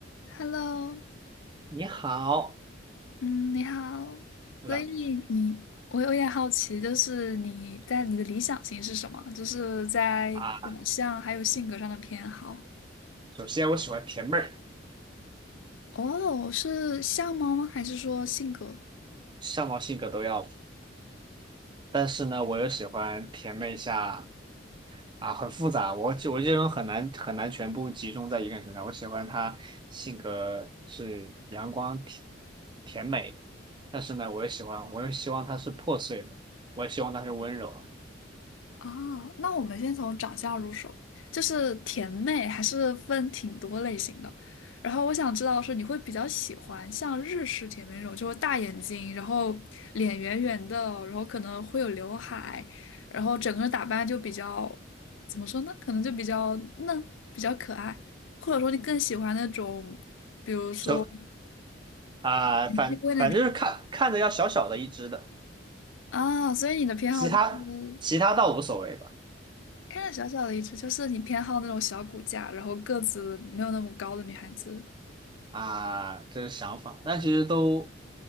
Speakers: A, on the left; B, on the right.
A: Hello，
B: 你好
A: 嗯，你好。
B: 冷
A: 所以你，我有点好奇，就是你在你的理想型是什么？就是在长相还有性格上的偏好。
B: 啊，首先我喜欢甜妹儿，
A: 哦，是相貌吗？还是说性格？
B: 相貌性格都要，但是呢，我又喜欢甜妹下啊，很复杂，我就我这种很难很难全部集中在一个人身上，我喜欢她性格是阳光甜甜美的，但是呢，我也喜欢，我又希望她是破碎的，我也希望她是温柔的，
A: 啊，那我们先从长相入手，就是甜妹还是分挺多类型的。然后我想知道是你会比较喜欢像日式甜妹那种，就是大眼睛，然后脸圆圆的，然后可能会有刘海，然后整个人打扮就比较，怎么说呢？可能就比较嫩，比较可爱，或者说你更喜欢那种，比如说
B: 就啊，
A: 熠熠龟那种
B: 反反正就是看看着要小小的一只的，
A: 啊。所以你的偏好就是
B: 其他其他倒无所谓吧。
A: 看着小小的一只，就是你偏好那种小骨架，然后个子没有那么高的女孩子
B: 啊，这是想法，但其实都